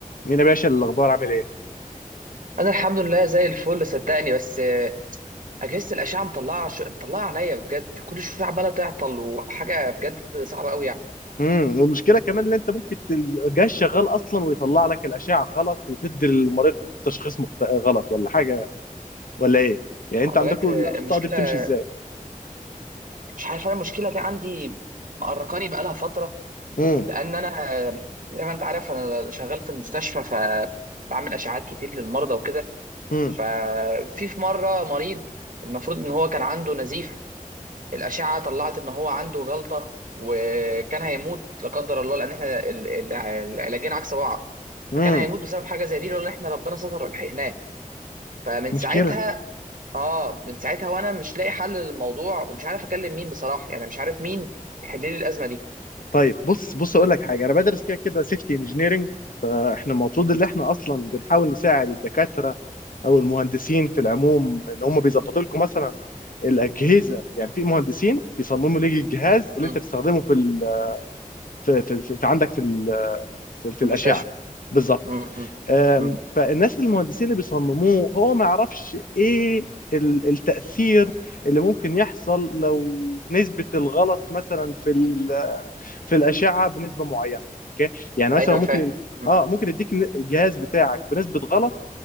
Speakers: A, on the left; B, on the right.
A: مين يا باشا الاخبار عامل ايه
B: انا الحمد لله زي الفل صدقني بس آه، اجهزه الاشعه مطلعه شو... مطلعه عينيا بجد كل شويه عماله تعطل وحاجه بجد صعبه قوي يعني
A: امم والمشكله كمان ان انت ممكن ت- الجهاز شغال اصلا ويطلع لك الاشعه غلط وتدي للمريض تشخيص مخت... غلط ولا حاجه ولا ايه يعني
B: آه،
A: انت
B: بجد
A: عندكم
B: آه،
A: الاخطاء
B: المشكله
A: دي بتمشي ازاي
B: مش عارف انا المشكله دي عندي مقرقاني بقالها فتره
A: امم
B: لان انا آه، زي ما انت عارف انا شغال في المستشفى فبعمل اشعاعات كتير للمرضى وكده
A: امم
B: ففي في مره مريض المفروض ان هو كان عنده نزيف الأشعة طلعت إن هو عنده جلطة وكان هيموت لا قدر الله لأن إحنا ال- ال- العلاجين عكس بعض
A: امم
B: فكان هيموت بسبب حاجة زي دي لولا إن إحنا ربنا ستر ولحقناه فمن
A: مشكله
B: ساعتها آه من ساعتها وأنا مش لاقي حل للموضوع ومش عارف أكلم مين بصراحة يعني مش عارف مين يحل لي الأزمة دي
A: طيب بص بص اقول لك حاجه انا بدرس كده كده سيفتي انجينيرنج فاحنا المفروض
B: مم.
A: ان احنا اصلا بنحاول نساعد الدكاتره او المهندسين في العموم ان هم بيظبطوا لكم مثلا الاجهزه يعني في مهندسين بيصمموا لك الجهاز اللي
B: مم.
A: انت بتستخدمه في ال... في في في في عندك في في, في
B: في
A: الاشعه
B: المستشفى
A: بالظبط
B: مم. مم.
A: أم،
B: مم.
A: فالناس المهندسين اللي بيصمموه هو ما يعرفش ايه ال- التأثير اللي ممكن يحصل لو نسبة الغلط مثلا في ال- في الأشعة بنسبة معينة اوكي يعني مثلا
B: أيوه
A: ممكن
B: فاهم
A: ي-
B: مم.
A: اه ممكن يديك الن- الجهاز بتاعك بنسبة غلط